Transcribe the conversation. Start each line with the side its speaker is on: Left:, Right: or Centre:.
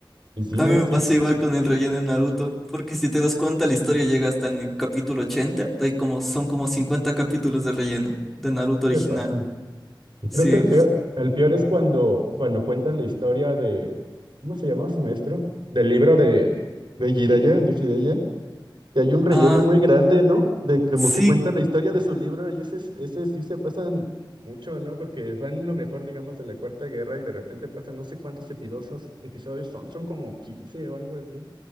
Right: Y sí,
Centre: A
Right: no,
Centre: mí me
Right: sí
Centre: pasa igual con el relleno de Naruto, porque si te das cuenta, la historia llega hasta el capítulo 80, hay como, son como 50 capítulos de relleno de Naruto original.
Right: se pasan. Y
Centre: Sí.
Right: creo que el peor, el peor es cuando, cuando cuentan la historia de, ¿cómo se llamaba su maestro? Del libro de, de Jiraiya, de Jiraiya. que hay un relleno
Centre: Ah,
Right: muy grande, ¿no? De como
Centre: sí,
Right: que cuenta la historia de su libro y ese, es- ese sí se pasan mucho, ¿no? Porque van lo mejor, digamos, de la Cuarta Guerra y de repente pasan no sé cuántos epidosos- episodios son, son como 15 o algo así.